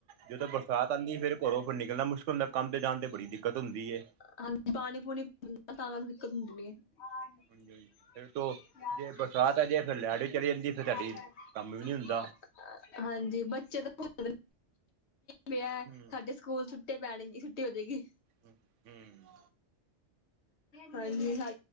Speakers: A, on the right; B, on the left.
A: ਜਦੋਂ ਬਰਸਾਤ ਆਉਂਦੀ ਐ। ਫੇਰ ਘਰੋਂ ਫਿਰ ਨਿਕਲਣਾ ਮੁਸ਼ਕਿਲ ਹੁੰਦਾ ਐ। ਕੰਮ ਤੇ ਜਾਣ ਤੇ ਬੜੀ ਦਿੱਕਤ ਹੁੰਦੀ ਐ।
B: ਹਾਂਜੀ ਪਾਣੀ ਪੂਣੀ ਪ ਤਾਂ ਦਿੱਕਤ ਹੁੰਦੀ ਐ। <unintelligible>
A: ਫਿਰ ਤੋਂ ਜੇ ਬਰਸਾਤ ਆ ਜੇ ਫਿਰ ਲੈਟ ਵੀ ਚਲੀ ਜਾਂਦੀ ਫਿਰ ਤੁਹਾਡੀ ਕੰਮ ਵੀ ਨੀ ਹੁੰਦਾ
B: ਹਾਂਜੀ। ਬੱਚੇ ਤਾਂ ਪੰ ਵਿ
A: ਹੂੰ
B: ਸਾਡੇ ਸਕੂਲ ਛੁੱਟੇ ਪੈਣਗੇ, ਛੁੱਟੀ ਹੋ ਜਾਏਗੀ।
A: ਹੂੰ ਹੂੰ।
B: ਹਾਂਜੀ। ਹੜ